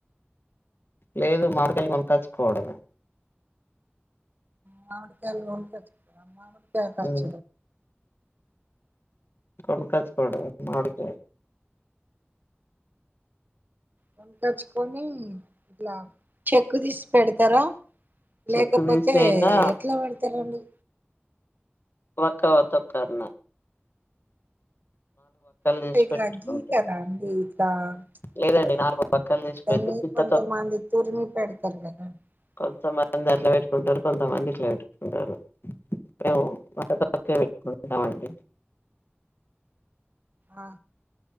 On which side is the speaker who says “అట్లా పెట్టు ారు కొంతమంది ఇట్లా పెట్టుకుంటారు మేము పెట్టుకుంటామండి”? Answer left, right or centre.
Left